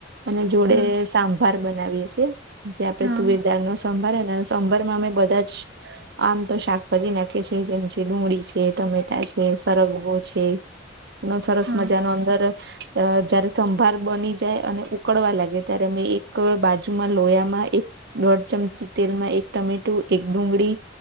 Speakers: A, on the right; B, on the right.
A: અને જોડે
B: હા
A: સાંભાર બનાવીએ છીએ જે આપડણે
B: હા.
A: તુવેરદાળ ન સંભાર સંભાર માં અમે બધા જ આમ તો શાકભાજી નાખે છે જેમ છે ડુંગળી છે ટમેટા છે સરગવો છે. નો સરસ
B: હા.
A: મજાનો અંદર જયારે સંભાર બની જાય અને ઉકળવા લાગે ત્યારે મે એક બાજુમાં લોયા એક દોઢ ચમચી તેલમાં એક ટામેટું એક ડુંગળી